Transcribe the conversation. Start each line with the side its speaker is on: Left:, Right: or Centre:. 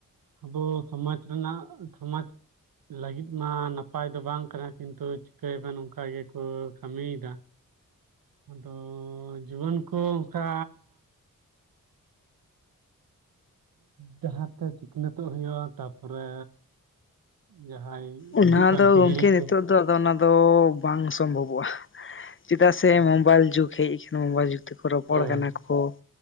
Right: ᱟᱵᱚ ᱥᱚᱢᱟᱡ ᱨᱮᱱᱟᱜ ᱥᱚᱢᱟᱡ ᱾ ᱞᱟᱹᱜᱤᱫ ᱢᱟ ᱱᱟᱯᱟᱭ ᱫᱚ ᱵᱟᱝ ᱠᱟᱱᱟ ᱠᱤᱱᱛᱩ ᱪᱤᱠᱟᱹᱭᱟᱵᱮᱱ ᱚᱝᱠᱟ ᱜᱮᱠᱚ ᱠᱟᱹᱢᱤᱭᱮᱫᱟ᱾ ᱟᱫᱚ ᱡᱩᱣᱟᱹᱱ ᱠᱚ ᱚᱱᱠᱟ ᱰᱟᱦᱟᱨ ᱛᱮ ᱥᱤᱠᱷᱱᱟᱹᱛᱚᱜ ᱦᱩᱭᱩᱜᱼᱟ ᱛᱟᱯᱚᱨᱮ ᱡᱟᱦᱟᱸᱭ ᱦᱤᱡᱩᱜ
Left: ᱚᱱᱟ
Right: ᱠᱟᱱ
Left: ᱫᱚ
Right: ᱯᱤᱦᱲᱤ
Left: ᱜᱚᱢᱠᱮ
Right: ᱠᱚ
Left: ᱱᱤᱛᱚᱜ ᱫᱚ ᱚᱱᱟ ᱫᱚ ᱵᱟᱝ ᱥᱚᱢᱵᱷᱚᱵᱚᱜᱼᱟ ᱪᱮᱫᱟᱜ ᱥᱮ
Right: ᱦᱩᱸ
Left: ᱢᱳᱵᱟᱭᱤᱞ ᱡᱩᱜᱽ ᱦᱮᱡ ᱟᱠᱟᱱᱟ ᱢᱳᱵᱟᱭᱤᱞ ᱡᱩᱜᱽ ᱛᱮᱠᱚ ᱨᱚᱯᱚᱲ
Right: ᱦᱩᱸ
Left: ᱠᱟᱱᱟ ᱠᱚ